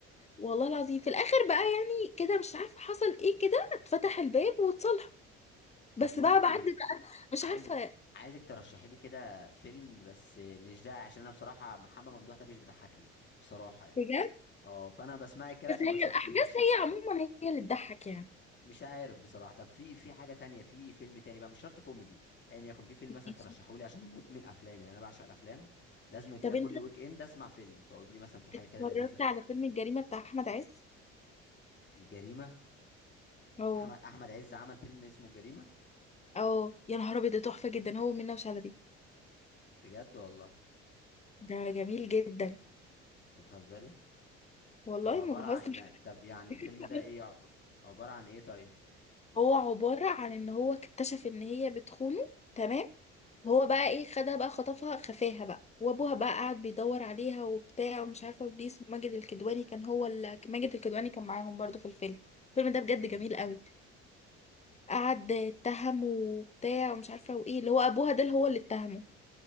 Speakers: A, on the left; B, on the left.
A: والله العظيم في الآخر بقى يعني كده مش عارفة حصل ايه كده اتفتح الباب واتصالحوا بس
B: طب بقول
A: بقى
B: لك
A: بعد
B: ايه
A: بقى مش
B: عايزك
A: عارفة
B: عايزك ترشحي لي كده فيلم بس مش ده عشان انا بصراحه محمد ممدوح ده مش بيضحكني بصراحه يعني
A: بجد
B: اه فانا بسمعك كده
A: بس
B: عشان
A: هي
B: ما اكسبكيش
A: الأحداث هي عموما هي اللي تضحك يعني
B: <laughs> مش عارف بصراحه طب في في حاجه تانية في فيلم تاني بقى مش شرط كوميدي ايا يعني يكن في فيلم مثلا
A: ماشي
B: ترشحوا لي عشان انا مدمن افلام يعني انا بعشق الافلام لازم كده
A: طب
B: كل
A: انت
B: ويك اند اسمع فيلم فقول لي مثلا في حاجه
A: اتفرجت
B: كده لذيذه
A: على فيلم الجريمة بتاع أحمد عز؟
B: الجريمه
A: اه
B: احمد احمد عز عمل فيلم اسمه الجريمه
A: اه يا نهار أبيض ده تحفة جدا هو ومنة وشلبي
B: بجد والله
A: ده جميل جدا
B: انت بتهزري
A: والله
B: طب عبارة
A: ما بهزر
B: عن يعني طب يعني الفيلم
A: <laughs>
B: ده ايه عب- عبارة عن ايه طيب
A: هو عبارة عن ان هو اكتشف ان هي بتخونه تمام وهو بقى ايه خدها بقى خطفها خفاها بقى وابوها بقى قاعد بيدور عليها وبتاع ومش عارفة وبليس وماجد الكدواني كان هو ال... ماجد الكدواني كان معاهم برضو في الفيلم الفيلم ده بجد
B: مم.
A: جميل قوي قعد اتهمه وبتاع ومش عارفة وايه اللي هو ابوها ده اللي هو اللي اتهمه